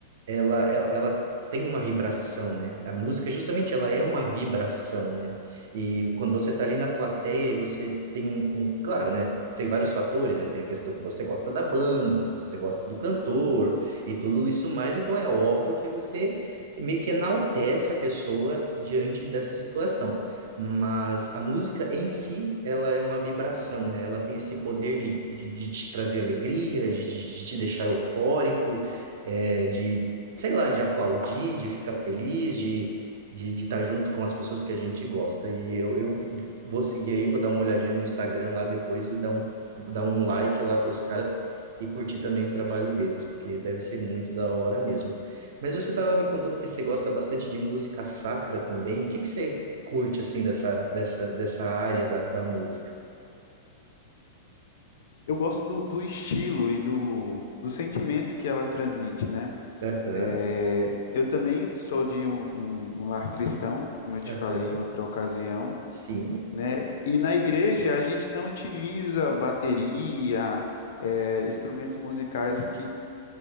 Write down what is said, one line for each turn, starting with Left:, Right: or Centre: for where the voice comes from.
Right: ela, ela, ela tem uma vibração, né? A música, justamente, ela é uma vibração, né? E quando você está ali na plateia e você tem um, um- claro, né? Tem vários fatores, né? Tem a questão que você gosta da banda, que você gosta do cantor e tudo isso mais, então é óbvio que você meio que enaltece a pessoa diante dessa situação. Mas a música em si, ela é uma vibração, né? Ela tem esse poder de, de, de te trazer alegria, de, de, de te deixar eufórico, é, de, sei lá, de aplaudir, de ficar feliz, de de de estar junto com as pessoas que a gente gosta. E eu, eu vou seguir aí, vou dar uma olhadinha no Instagram lá depois e dar um, dar um like lá para os caras e curtir também o trabalho deles, porque deve ser muito da hora mesmo. Mas você estava me contando que você gosta bastante de música sacra também. O que que você curte, assim, dessa, dessa, dessa área da, da música?
Left: Eu gosto do, do estilo e do, do sentimento que ela transmite, né?
Right: Aham,
Left: É, eu também sou de um, um- um lar cristão, como eu te
Right: aham,
Left: falei em outra ocasião,
Right: sim,
Left: né? E na igreja a gente não utiliza bateria, é, instrumentos musicais que